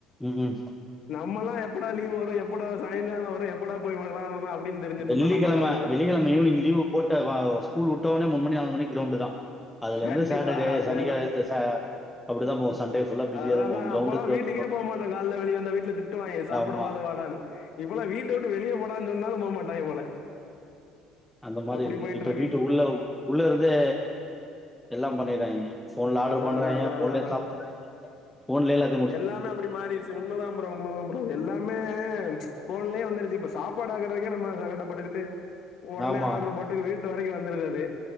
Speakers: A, in the centre; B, on the left (about 45°).
A: ம் ம்
B: நம்மல்லாம் எப்படா லீவு வரும் எப்படா சாயங்காலம் வரும் எப்படா போய் விளாடலா அப்டின் திரிஞ்சுட்டு
A: வெள்ளிக்கெழம
B: இருந்தோம் நம்ம காலங்கள
A: வெள்ளிக்கெழம ஈவினிங் லீ்வு போட்ட ஸ்கூல் வுட்டனே மூனுமணி ஆன ஒனே க்ரௌண்டு தான் அதுல இருந்து
B: கண்டிப்பா
A: சாட்டர்டே
B: அதேதா
A: சனிக்க இது ச அப்படி தான் போவோம் சண்டே ஃபுல்லா பிஸியா
B: அத
A: தா போவு
B: தான்
A: கிரௌண்டு
B: அப்பல்லாம்
A: கிரௌண்டு
B: வீட்டுக்கே
A: கிரௌண்டு
B: போமாட்டோம்
A: தா
B: கால்ல வெளிய வந்தா வீட்ல திட்டு வாய்ங்கன் சாப்படவாது
A: ஆமா
B: வாடான்னு இப்பல்லாம் வீட்ட விட்டு வெளியே போடானு சொன்னாலும் போகமாட்டாய்ங்க போல
A: அந்த மாரி
B: அப்டி
A: இருக்கு
B: போயிட்ருக்கு
A: இப்ப வீட்டு உள்ள உள்ளருந்தே எல்லாம் பண்ணிறாய்ங்க போன்ல ஆடர்
B: அதா
A: பண்ணறாய்ங்க
B: அதா அதா
A: ஃபோன்லே
B: அதா அதா
A: சாப்றாய்ங்க ஃபோன்லே தா
B: எல்லாமே அப்படி மாறிச்சு உண்மதாம் ப்ரோ உண்மதான் ப்ரோ எல்லாமே ஃபோன்லயே வந்துடுச்சு இப்ப சாப் ப்பாடாக்குறதக்கே நம்ம சங்கடப்பட்டுக்கிட்டு ஒடனே
A: ஆமா
B: ஆடர் போட்டு வீட்டு வரைக்கும் வந்துருது அது